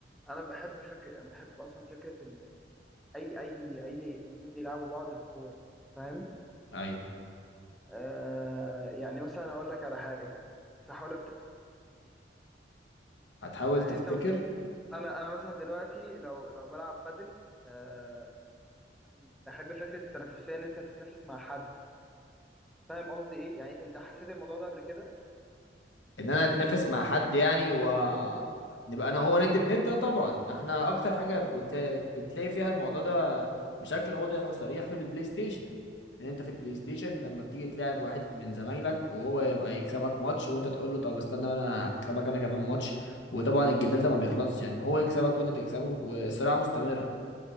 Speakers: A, in the centre; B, on the left.
A: انا بحب فكره بحب اصلا فكره ال... ال- اي اي اي اتنين بيلعبوا بعض بكوره فاهم
B: ايوه
A: آه يعني مثلا اقول لك على حاجه بس هحاول أفت...
B: هتحاول
A: آه
B: تفتكر
A: انت مثلا انا انا مثلا دلوقتي لو لو بلعب بادل آه بحب فكره التنافسيه ان انت تتنافس مع حد فاهم قصدي ايه يعني انت حسيت الموضوع ده قبل كده
B: ان انا اتنافس مع حد يعني و نبقى انا وهو ند بند ده طبعا احنا اكتر حاجه بت... بتلاقي فيها الموضوع ده بشكل واضح وصريح في البلاي ستيشن ان انت في البلاي ستيشن لما بتيجي تلاعب واحد من زمايلك وهو يبقى يكسبك ماتش وانت تقول له طب استنى انا هكسبك انا كمان ماتش وطبعا الجدال ده ما بيخلصش يعني هو يكسبك وانت تكسبه والصراع مستمر